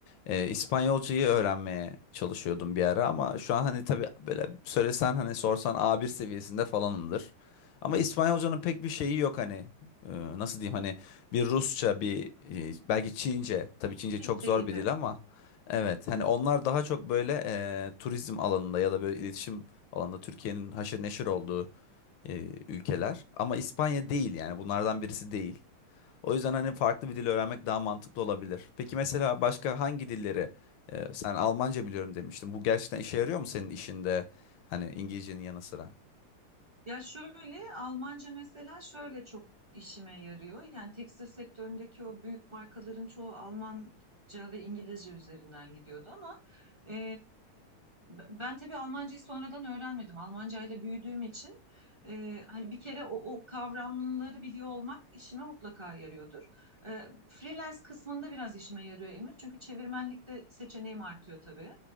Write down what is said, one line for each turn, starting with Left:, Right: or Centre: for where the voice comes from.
Left: E, İspanyolcayı öğrenmeye çalışıyordum bir ara ama şu an hani tabii böyle söylesen hani sorsan A1 seviyesinde falanımdır. Ama İspanyolcanın pek bir şeyi yok hani E, nasıl diyeyim hani bir Rusça bir e, belki Çince tabii Çince
Right: Çince
Left: çok zor
Right: gibi.
Left: bir dil ama evet hani onlar daha çok böyle e, turizm alanında ya da böyle iletişim alanında Türkiye'nin haşır neşir olduğu e, ülkeler. Ama İspanya değil yani bunlardan birisi değil. O yüzden hani farklı bir dil öğrenmek daha mantıklı olabilir. Peki mesela başka hangi dilleri e, sen Almanca biliyorum demiştin. Bu gerçekten işe yarıyor mu senin işinde? Hani İngilizcenin yanı sıra.
Right: Ya şöyle Almanca mesela şöyle çok işime yarıyor. Yani tekstil sektöründeki o büyük markaların çoğu Almanca ve İngilizce üzerinden gidiyordu ama e, ben tabii Almancayı sonradan öğrenmedim. Almanca ile büyüdüğüm için e, hani bir kere o, o kavramları biliyor olmak işime mutlaka yarıyordur. E, freelance kısmında biraz işime yarıyor Emir. Çünkü çevirmenlikte seçeneğim artıyor tabii.